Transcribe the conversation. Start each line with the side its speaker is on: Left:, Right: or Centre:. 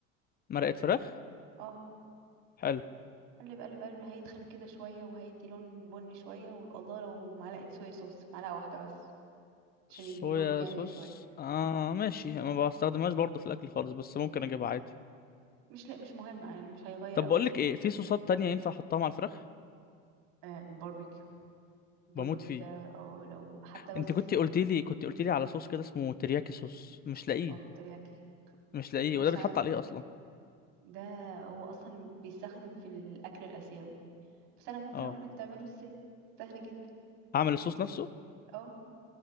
Left: مرقه فراخ
Right: اه
Left: حلو
Right: قلب قلب قلب هيتخن كده شوية وهيدي لون بني شوية والله لو معلقة صويا صوص معلقة واحدة بس عشان
Left: صويا
Right: يدي لون غامق
Left: صوص
Right: شوية
Left: اه ماشي ما بستخدمهاش برضه في الاكل خالص بس ممكن اجيبها عادي
Right: مش لا مش مهم يعني مش هيغير
Left: طب
Right: قوي
Left: بقول
Right: فيه
Left: لك ايه في صوصات تانية ينفع احطها مع الفراخ
Right: آه الباربيكيو الباربيكيو
Left: بموت فيه
Right: ده اه لو حتى
Left: انت
Right: بس
Left: كنت قلت لي كنت قلت لي على صوص كده اسمه ترياكي صوص مش لاقيه
Right: اه ترياكي
Left: مش لاقيه
Right: بص
Left: وده بيتحط
Right: عادي
Left: عليه اصلا
Right: ده هو اصلا بيستخدم في الاكل الاسيوي بس انا ممكن
Left: اه
Right: اقولك تعمله ازاي سهل جدا
Left: اعمل الصوص نفسه
Right: اه